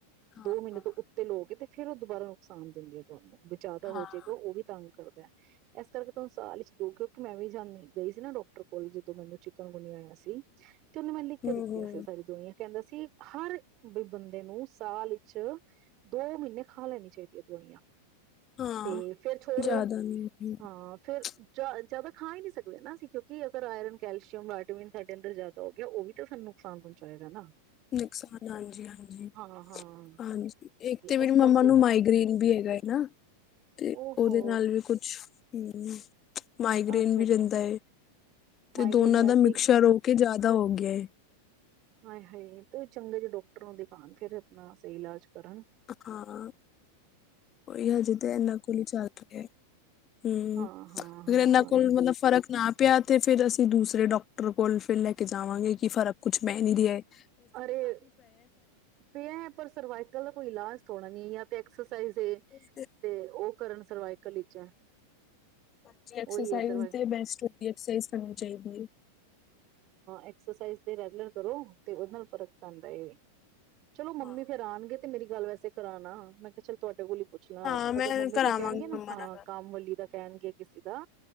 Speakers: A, on the left; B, on the right.
A: ਹਾਂ
B: ਦੋ ਮਹੀਨੇ
A: ਹਾਂ
B: ਤੋਂ ਉੱਤੇ ਲਓ ਗੇ ਤੇ ਫੇਰ ਉਹ ਦੁਬਾਰਾ ਨੁਕਸਾਨ ਦਿੰਦੀ ਆ ਤੁਹਾਨੂੰ ਬਈ ਜਾਦਾ
A: ਹਾਂ।
B: ਹੋ ਜਾਏਗਾ ਉਹ ਵੀ ਤੰਗ ਕਰਦਾ ਇਸ ਕਰਕੇ ਤੁਹਾਨੂੰ ਸਾਲ ਦੋ ਕਿਉਂਕਿ ਮੈਂ ਵੀ ਜਾਂਦੀ ਗਈ ਸੀ ਨਾ ਡਾਕਟਰ ਕੋਲ ਜਦੋਂ ਮੈਨੂੰ ਚਿਕਨਗੁਨੀ ਆਇਆ ਸੀ ਤੇ ਉਹ ਮੇਨ ਲਿਖ ਕੇ
A: ਹੂੰ-ਹੂੰ।
B: ਦਿੱਤੀਆਂ ਸੀ ਸਾਰੀ ਦਵਾਇਆ ਕਹਿੰਦਾ ਸੀ ਹਰ ਵੀ ਬੰਦੇ ਨੂੰ ਸਾਲ ਵਿੱਚ ਦੋ ਮਹੀਨੇ ਖਾ ਲੈਣੀ ਚਾਹੀਦੀ ਹੈ ਦਵਾਈਆਂ
A: ਹਾਂ,
B: ਤੇ ਫੇਿਰ ਛੋੜ ਦੋ
A: <unintelligible>
B: ਹਾਂ ਫੇਰ ਜ਼ਿਆਦਾ ਖਾ ਈ ਨਹੀਂ ਸਕਦੇ ਨਾ ਅਸੀਂ ਕਿਉਂਕਿ ਅਗਰ ਆਇਰਨ ਕੈਲਸ਼ੀਅਮ ਵਾਇਟਾਮਿਨ ਸਾਡੇ ਅੰਦਰ ਜ਼ਿਆਦਾ ਹੋ ਗਿਆ ਉਹ ਵੀ ਤਾਂ ਸਾਨੂੰ ਨੁਕਸਾਨ ਪਹੁੰਚਾਏਗਾ ਨਾ
A: ਨੁਕਸਾਨ ਹਾਂਜੀ ਹਾਂਜੀ
B: ਹਾਂ ਹਾਂ
A: ਹਾਂਜੀ ਇੱਕ ਤੇ ਵੀ
B: ਇਸ
A: ਮੰਮਾ
B: ਕਰਕੇ
A: ਨੂੰ ਮਾਈਗ੍ਰੇਨ ਵੀ ਹੈਗਾ ਹੈ ਨਾ ਤੇ
B: ਓਹੋ
A: ਉਹਦੇ ਨਾਲ ਵੀ ਕੁਛ ਹਮ ਮਾਈਗ੍ਰੇਨ
B: ਅੱਛਾ
A: ਵੀ
B: ਅੱਛਾ
A: ਰਹਿੰਦਾ ਏ ਤੇ
B: ਮਾਈਗ੍ਰੇਨ
A: ਦੋਨਾਂ
B: ਵੈਸੇ
A: ਦਾ ਮਿਕਸ਼ਰ
B: ਹੀ
A: ਹੋ ਕੇ ਜ਼ਿਆਦਾ ਹੋ ਗਿਆ ਏ
B: ਹਾਏ ਹਾਏ ਤੇ ਉਹ ਚੰਗੇ ਜਿਹੇ ਡਾਕਟਰ ਨੂੰ ਦਿਖਾਉਣ ਫਿਰ ਆਪਣਾ ਸਹੀ ਇਲਾਜ। ਕਰਣ।
A: ਹਾਂ, ਉਹੀ ਹਜੇ ਤੇ ਇਨਾ ਕੋਲ ਹੀ ਚੱਲ ਰਿਹਾ ਹਮ
B: ਹਾਂ ਹਾਂ
A: ਅਗਰ
B: ਹਾਂ
A: ਇਨਾ। ਕੋਲ ਮਤਲਬ ਫਰਕ ਨਾ ਪਿਆ ਅਤੇ ਫਿਰ ਅਸੀਂ ਦੂਸਰੇ ਡਾਕਟਰ ਕੋਲ ਫਿਰ ਲੈ ਕੇ ਜਾਵਾਂਗੇ ਕਿ ਫਰਕ ਕੁਛ ਬਹਿ ਨਹੀਂ ਰਿਹਾ ਹੈ।
B: ਅਰੇ ਪਿਆ ਹੈ ਪਰ ਸਰਵਾਈਕਲ ਦਾ ਕੋਈ ਇਲਾਜ ਥੋੜ੍ਹਾ ਨਹੀਂ ਐ ਯ। ਟਕਸ ਤਾਇਸ ਏ
A: ਫ਼ਰਕ
B: ਤੇ ਉਹ ਕਰਨ ਸਰਵਾਈਕਲ ਵਿਚ ਆਈ
A: ਹਾਂਜੀ ਐਕਸਰਸਾਈਜ਼
B: ਏ ਸਰ ਹੋ
A: ਤੇ ਬੈਸਟ ਹੁੰਦੀ ਐਕਸਰਸਾਈਜ਼ ਕਰਨੀ ਚਾਹੀਦੀ ਹੈ।
B: ਏਕਸਰਸਿਜ਼ ਤੇ ਰੈਗੂਲਰ ਕਰੋ। ਤੇ ਉਹਦੇ ਨਾਲ ਫ਼ਰਕ ਪੈਂਦਾ ਏ। ਚਲੋ ਮੰਮੀ
A: ਹਾਂ
B: ਫਿਰ ਆਣਗੇ। ਤੇ ਮੇਰੀ ਗੱਲ ਵੈਸੇ ਕਰਾਨਾ। ਮੈਂ ਕਿਹਾ ਚੱਲ ਤੁਹਾਡੇ ਕੋਲਲੀ। ਪੁੱਛ ਲਾਂ
A: ਹਾਂ ਮੈਂ
B: ਅਗਰ ਮੰਮੀ
A: ਕਰਾਵਾਂਗੀ
B: ਕੋਈ ਕਹਿਣਗੇ ਨਾ
A: ਮੰਮਾ
B: ਹਾਂ
A: ਨਾਲ ਗੱਲ
B: ਕੰਮ ਵਾਲੀ ਦਾ। ਕੈਨ ਗ ਕਿਸੀ ਦਾ।